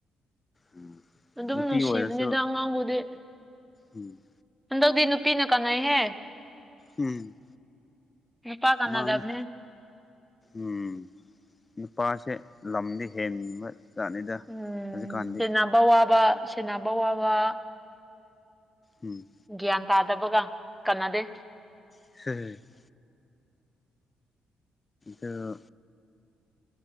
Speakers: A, on the left; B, in the centre.
A: ꯎꯝ
B: ꯑꯗꯨꯝ
A: ꯅꯨꯄꯤ
B: ꯅꯨꯡꯁꯤꯕꯅꯤꯗ
A: ꯑꯣꯏꯔꯁꯨ
B: ꯑꯉꯥꯡꯕꯨꯗꯤ
A: ꯎꯝ
B: ꯍꯟꯗꯛꯗꯤ ꯅꯨꯄꯤꯅ ꯀꯥꯟꯅꯩꯍꯦ
A: ꯎꯝ
B: ꯅꯨꯄꯥ ꯀꯥꯟꯅꯗꯕꯅꯦ
A: ꯃꯥꯅꯦ ꯎꯝ ꯅꯨꯄꯥꯁꯦ ꯂꯝꯗꯤ ꯍꯦꯟꯕ ꯖꯠꯖꯠꯅꯤꯗ
B: ꯎꯝ
A: ꯍꯧꯖꯤꯛꯀꯥꯟꯗꯤ
B: ꯁꯦꯟꯅꯕ ꯋꯥꯕ ꯁꯦꯟꯅꯕ ꯋꯥꯕ
A: ꯎꯝ
B: ꯒ꯭ꯌꯥꯟ ꯇꯥꯗꯕꯒ ꯀꯅꯥꯗꯦ
A: <unintelligible> ꯑꯗꯣ